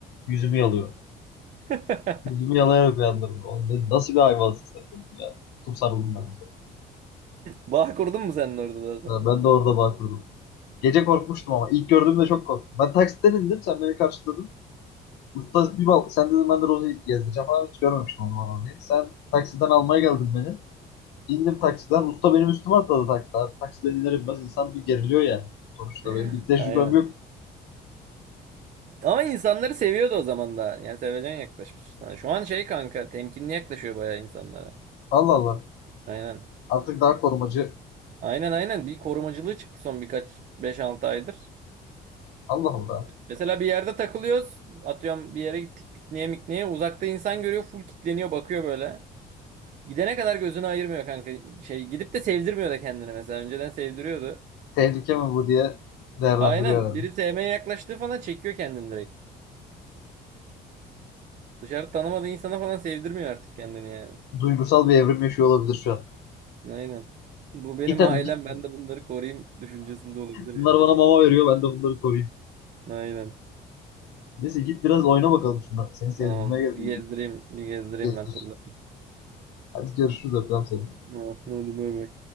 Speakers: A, on the left; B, on the right.
A: Yüzümü yalıyor.
B: <laughs>
A: Yüzümü yalayarak uyandırdı. Oğlum dedi, nasıl bir hayvansın sen dedim ya. Tuttum sarıldım ben. de.
B: Bağ kurdun mu sen orada daha sonra?
A: Ya Ben de orada bağ kurdum. Gece korkmuştum ama ilk gördüğümde çok korktum. Ben taksiden indim sen beni karşıladın. Usta bir bal sen dedim ben de Rozi'yi gezdireceğim ama hiç görmemiştim o zaman Rozi'yi. Sen taksiden almaya geldin beni. İndim taksiden. Usta benim üstüme atladı takla. Taksiden iner inmez insan bir geriliyor yani. Sonuçta
B: <laughs>
A: benim bir tecrübem
B: Aynen.
A: yok.
B: Ama insanları seviyordu o zaman da. Yani sevecen yaklaşmış sana. Şu an şey kanka temkinli yaklaşıyor bayağı insanlara.
A: Allah Allah.
B: Aynen.
A: Artık daha korumacı.
B: Aynen aynen bir korumacılığı çıktı son birkaç beş altı aydır.
A: Allah Allah.
B: Mesela bir yerde takılıyoruz. Atıyorum bir yere gittik pikniğe mikniğe. Uzakta insan görüyor full kitleniyor bakıyor böyle. Gidene kadar gözünü ayırmıyor kanka. Şey gidip de sevdirmiyor da kendini mesela. Önceden sevdiriyordu.
A: Tehlike mi bu diye değerlendiriyor
B: Aynen
A: herhalde.
B: biri sevmeye yaklaştığı falan çekiyor kendini direkt. Dışarı tanımadığı insana falan sevdirmiyor artık kendini yani.
A: Duygusal bir evrim yaşıyor olabilir şu an.
B: Aynen. Bu benim
A: Git hadi
B: ailem
A: git.
B: ben de bunları koruyayım düşüncesinde olabilir
A: Bunlar
B: yani.
A: bana mama veriyor. Ben de bunları koruyayım.
B: Aynen.
A: Neyse git biraz oyna bakalım şundan. Seni sevdirmeye
B: Tamam.
A: geldim.
B: Bir gezdireyim, bir gezdireyim
A: Gezdir.
B: ben turlasın.
A: Hadi görüşürüz. Öpüyorum seni.
B: Ha, Hadi bay bay.